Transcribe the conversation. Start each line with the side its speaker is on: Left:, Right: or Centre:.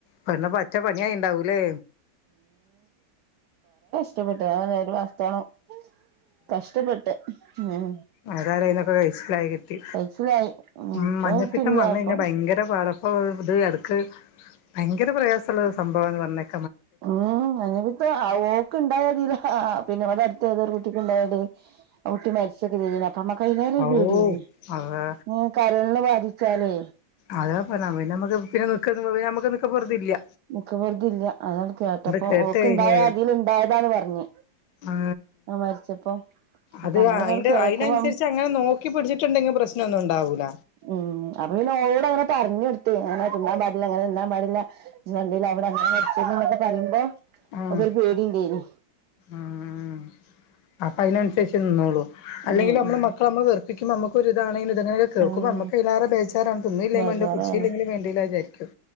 Left: പ പച്ച പണിയായിണ്ടാവും ലെ
Right: കഷ്ടപ്പെട്ടു അങ്ങനെ ഒരു മാസത്തോളം കഷ്ടപ്പെട്ട് ഉം
Left: ആ കരയിന്നൊക്കെ കഴച്ചിലായി കിട്ടി
Right: കഴിച്ചിലായി
Left: ഉം
Right: ഇപ്പൊ
Left: മഞ്ഞപ്പിത്തം
Right: തുല്യ
Left: വന്നഴിഞ്ഞ
Right: ഇപ്പൊ
Left: ഭയങ്കര പാട അപ്പോ ഇത് അടുക്ക് ഭയങ്കര പ്രയാസമുള്ള സംഭവംന്ന് പറഞ് കേ
Right: ഉം മഞ്ഞപ്പിത്തം ഓക്ക് ഇണ്ടായതീൽ പിന്നെ അവടെ അടുത്ത ഏതൊരു കുട്ടിക്ക് ഇണ്ടായ ഡി <inaudible> ആ കുട്ടി മരിച്ചൊക്കെ ചെയ്ത് അപ്പം അമ്മക്ക് ആയിലാറെ
Left: ഔ
Right: പേടിയെനി
Left: അതാ
Right: ഉം കരൾന് ബാധിച്ചാ ലെ
Left: അതാ പറഞ്ഞത് അപ്പം പിന്നെ നമ്മക്ക് പിന്നെ നമ്മക്ക് നിക്ക പൊർതിയില്ല
Right: നിക്ക പൊർതി ഇല്ല അതാണ്ട് കേട്ടപ്പൊ
Left: കേട്ട്
Right: ഓക്ക്
Left: കഴിഞ്ഞ്
Right: ഇണ്ടായ അതിൽ ഇണ്ടായതാണ് പറഞ്
Left: ആ
Right: ആ മരിച്ചപ്പോ അപ്പൊ
Left: അത്
Right: അങ്ങനെയൊക്കെ
Left: അതിന്റെ
Right: കേൾക്കുമ്പോ
Left: അതിനനുസരിച്ച് അങ്ങനെ നോക്കി പിടിച്ചിട്ടുണ്ടെങ്കിൽ പ്രശ്നം ഒന്നും ഉണ്ടാവൂല
Right: ഉം അപ്പൊ പിന്നെ ഓളോട് അങ്ങനെ പ പറഞ് കൊടുത്തു അങ്ങനെ തിന്നാൻ പാടില്ല ഇങ്ങനെ തിന്നാൻ പാടില്ല ഇജ് കണ്ടിലെ അവിടെ അങ്ങനെ മരിച്ചത് അങ്ങനെ പറയുമ്പോ
Left: ആഹ്
Right: ഓക്കൊരു പേടി ഇന്ടെനി
Left: ആഹ് അപ്പൊ അയ്നനുസരിച്ച് നിന്നോള്ളൂ അല്ലെങ്കിലും
Right: ഉം
Left: നമ്മളേമക്കളെ
Right: ഉം
Left: നമ്മ വെറുപ്പിക്കുമ്പോ നമ്മക്കും ഒരു ഇതാണല്ലൊ ഇതങ്ങനൊക്കെ കേൾക്കുമ്പോ
Right: ഉം
Left: നമ്മക്ക് അതിലേറെ ബേജാറാണ് തിന്നീലെലുമാണ്ടില്ല
Right: ബേജാറാണ്
Left: കുടിച്ചിലേലുമാണ്ടില്ല വിചാരിക്കും